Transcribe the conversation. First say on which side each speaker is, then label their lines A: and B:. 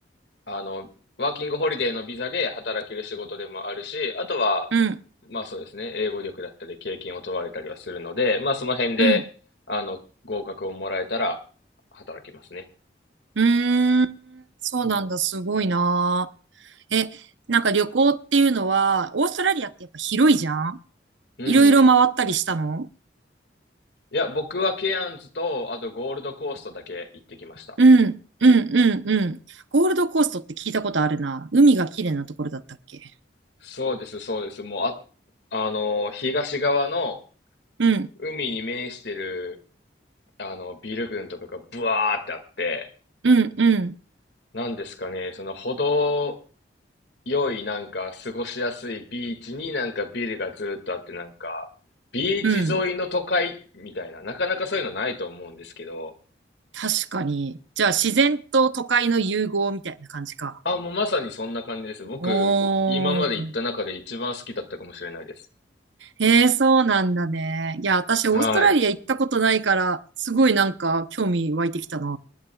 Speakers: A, on the left; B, on the right.
A: あの、ワーキングホリデーのビザで働ける仕事でもあるし、あとは、
B: うん。
A: まあそうですね、英語力だったり経験を問われたりはするので、まあその辺で、
B: うん。
A: あの、合格をもらえたら働きますね。
B: うーん、そうなんだ。すごいな。え、なんか旅行っていうのは、オーストラリアってやっぱ広いじゃん
A: うん。
B: いろいろ回ったりしたの
A: いや、僕はケアンズと、あとゴールドコーストだけ行ってきました。
B: うん。うん。うん。うん。ゴールドコーストって聞いたことあるな。海が綺麗なところだったっけ
A: そうです、そうです。もう、あ、あの、東側の
B: うん。
A: 海に面してる、あの、ビル群とかがブワーってあって、
B: うん。うん。
A: なんですかね、その程よいなんか過ごしやすいビーチになんかビルがずーっとあってなんか、ビーチ沿いの都会みたいな、
B: うん。
A: なかなかそういうのないと思うんですけど、
B: 確かに。じゃあ、自然と都会の融合みたいな感じか。
A: あ、もうまさにそんな感じです。僕、
B: おー。
A: 今まで行った中で一番好きだったかもしれないです。
B: ええ、そうなんだね。いや、私、
A: はい。
B: オーストラリア行ったことないから、すごいなんか、興味湧いてきたな。